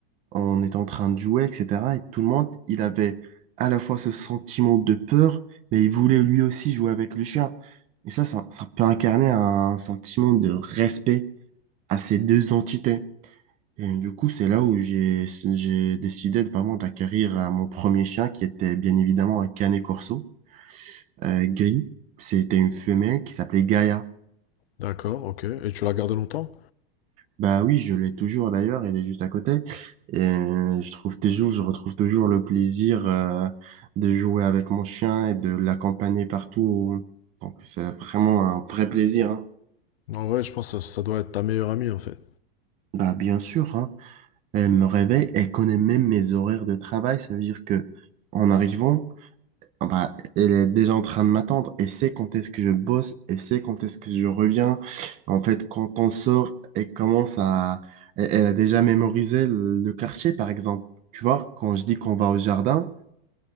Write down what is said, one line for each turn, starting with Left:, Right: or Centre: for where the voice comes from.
Right: on était en train de jouer, etc. Et tout le monde, il avait à la fois ce sentiment de peur, mais il voulait lui aussi jouer avec le chien. Et ça, ça, ça peut incarner un sentiment de respect à ces deux entités. Et du coup, c'est là où j'ai j'ai décidé de vraiment d'acquérir euh, mon premier chien, qui était bien évidemment un Canet Corso euh, gris. C'était une femelle qui s'appelait Gaïa.
Left: D'accord, ok. Et tu l'as gardé longtemps?
Right: Bah oui, je l'ai toujours d'ailleurs, elle est juste à côté. Et euh, je trouve toujours, je retrouve toujours le plaisir euh, de jouer avec mon chien et de l'accompagner partout. Donc c'est vraiment un vrai plaisir. hein.
Left: En vrai, je pense que ça, ça doit être ta meilleure amie, en fait.
Right: Bah bien sûr, hein. Elle me réveille, elle connaît même mes horaires de travail, ça veut dire que en arrivant, Ah bah, elle est déjà en train de m'attendre. Elle sait quand est-ce que je bosse, elle sait quand est-ce que je reviens. En fait, quand on sort, elle commence à... Elle, elle a déjà mémorisé le, le quartier, par exemple. Tu vois, quand je dis qu'on va au jardin,